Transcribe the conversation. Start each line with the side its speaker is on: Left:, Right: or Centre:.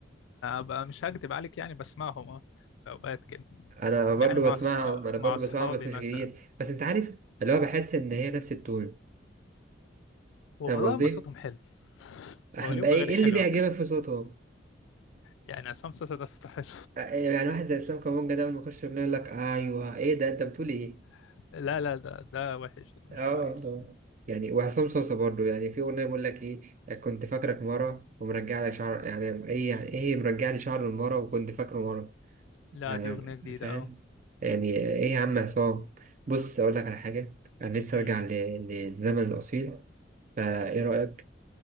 Left: بقى مش هكدب عليك يعني بسمعهم اه في اوقات كده
Right: أنا برضه
Left: يعني مع
Right: بسمعهم
Left: صحاب
Right: أنا برضه
Left: مع اصحابي
Right: بسمعهم بس مش
Left: مثلا
Right: كتير بس أنت عارف اللي هو بحس إن هي نفس التون
Left: والله
Right: فاهم قصدي؟
Left: ما صوتهم حلو
Right: <laughs>
Left: هو ليهم
Right: بقى إيه
Left: اغاني
Right: إيه
Left: حلوه
Right: اللي بيعجبك في صوتهم؟
Left: يعني عصام صاصا ده صوته حلو
Right: آه، يعني واحد زي إسلام كونجي ده لما يخش يغني يقول لك أيوه إيه ده أنت بتقول إيه؟
Left: <laughs> لا لا ده ده وحش ده مش
Right: اه
Left: كويس
Right: والله يعني وعصام صوصة برضو يعني في أغنية بقول لك إيه كنت فاكرك مرة ومرجع لي شعر يعني إيه يعني إيه مرجع لي شعر المرة وكنت فاكره مرة
Left: لا
Right: آه
Left: دي أغنية جديدة
Right: فاهم
Left: أهو
Right: يعني إيه يا عم عصام بص أقول لك على حاجة أنا نفسي
Left: أمم.
Right: أرجع ل- للزمن الأصيل فإيه رأيك